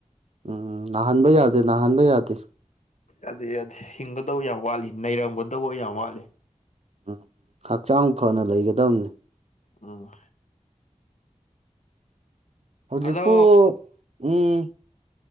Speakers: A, on the right (about 60°); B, on the left (about 70°).
A: ꯎꯝ ꯅꯥꯍꯟꯕ ꯌꯥꯗꯦ ꯅꯥꯍꯟꯕ ꯌꯥꯗꯦ꯫
B: ꯌꯥꯗꯦ ꯌꯥꯗꯦ ꯍꯤꯡꯒꯗꯧ ꯌꯥꯝ ꯋꯥꯠꯂꯤ ꯅꯩꯔꯝꯒꯗꯧꯕ ꯌꯥꯝ ꯋꯥꯠꯂꯤ꯫
A: ꯎꯝ ꯍꯛꯆꯥꯡ ꯐꯅ ꯂꯩꯒꯗꯝꯅꯤ꯫
B: ꯎꯝ
A: ꯍꯧꯖꯤꯛꯄꯨ
B: ꯑꯗꯣ
A: ꯎꯝ